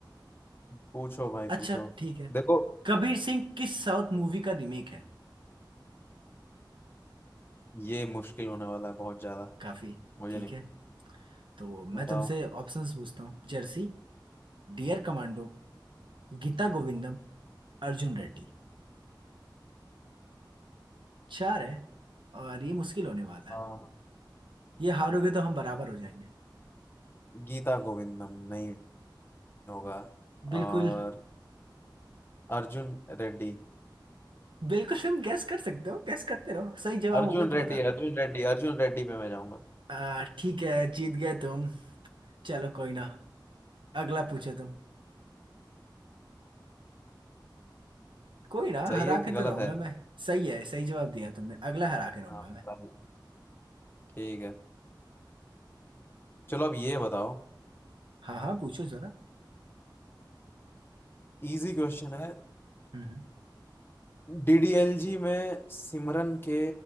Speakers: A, on the left; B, on the right.
A: पूछो भाई
B: अच्छा
A: पूछो
B: ठीक है
A: देखो
B: कबीर सिंह किस साउथ मूवी का रीमेक है
A: ये मुश्किल होने वाला है बहुत ज्यादा
B: काफी
A: मुझे
B: ठीक
A: नहीं
B: है तो
A: बताओ
B: मैं तुमसे ऑप्शंस पूछता हूँ Jersey dear commando Geetha Govindam Arjun Reddy चार है और ये मुश्किल होने वाला है
A: आ,
B: ये हारोगे तो हम बराबर हो जाएंगे
A: गीता गोविंदम नहीं होगा
B: बिल्कुल
A: और अर्जुन रेड्डी
B: बिल्कुल तुम गैस कर सकते हो गैस करते रहो सही जवाब
A: अर्जुन
B: होगा
A: रेड्डी
B: तो बता
A: अर्जुन रेड्डी अर्जुन रेड्डी पे मैं जाऊंगा
B: आ, ठीक है जीत गए तुम चलो कोई ना अगला पूछो तुम कोई ना
A: सही
B: हरा
A: है कि
B: के
A: गलत
B: तो रहूंगा
A: है
B: मैं सही है सही जवाब दिया तुमने अगला हरा के रहूंगा
A: हाँ पता
B: मैं
A: नहीं। ठीक है चलो अब ये बताओ
B: हाँ हाँ पूछो जरा
A: इजी क्वेश्चन है
B: हम्म
A: डीडीएलजी में सिमरन के